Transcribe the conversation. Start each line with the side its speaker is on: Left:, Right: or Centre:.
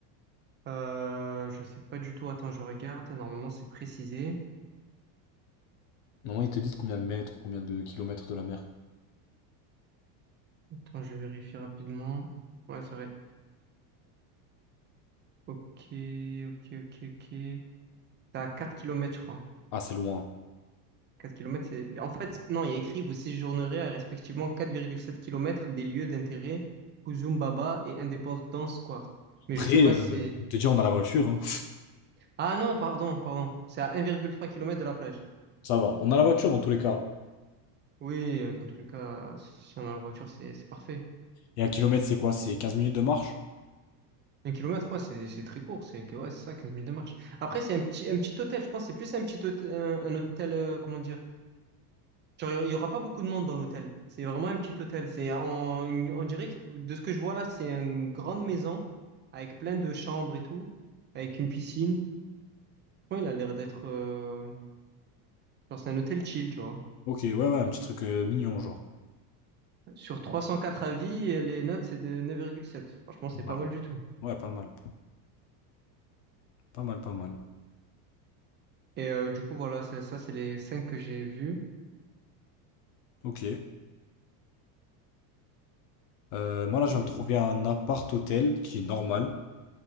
Right: Euh, je sais pas du tout. Attends, je regarde. Normalement, c'est précisé.
Left: Non, ils te disent combien de mètres, combien de kilomètres de la mer.
Right: Attends, je vérifie rapidement. Ouais, c'est vrai. Ok, ok, ok, ok. C'est à 4 kilomètres, je crois.
Left: Ah, c'est loin.
Right: 4 kilomètres, c'est. En fait, non, il y a écrit, vous séjournerez à respectivement quatre virgule sept kilomètres des lieux d'intérêt, Kuzumbaba et Independence Square. Mais
Left: Après,
Right: je sais pas si
Left: euh,
Right: c'est.
Left: te dire, on a la voiture, hein.
Right: Ah non, pardon, pardon. C'est à 1,3 km de la plage.
Left: <laughs> Ça va. On a la voiture dans tous les cas.
Right: Oui, euh, dans tous les cas, si on a la voiture, c'est c'est parfait.
Left: Et un kilomètre, c'est quoi? C'est quinze minutes de marche?
Right: Un kilomètre, ouais, c'est c'est très court. C'est que- ouais, c'est ça, 15 minutes de marche. Après, c'est un petit, un petit hôtel. Je pense que c'est plus un petit hôtel, un, un hôtel, euh, comment dire? Genre, il y aura pas beaucoup de monde dans l'hôtel. C'est vraiment un petit hôtel. C'est en, une- on dirait, que- de ce que je vois là, c'est une grande maison avec plein de chambres et tout, avec une piscine. Ouais, il a l'air d'être, euh, genre, c'est un hôtel chill, tu vois.
Left: Ok, ouais, ouais, un petit truc euh, mignon, genre.
Right: Sur 304 avis, les notes, c'est de neuf virgule sept. Franchement, c'est
Left: Pas
Right: pas
Left: mal.
Right: mal du tout.
Left: Ouais, pas mal. Pas mal, pas mal.
Right: Et euh, du coup, voilà, c'est ça, c'est les 5 que j'ai vus.
Left: Ok. Euh, moi, là, je
Right: Et...
Left: viens de trouver un appart-hôtel qui est normal.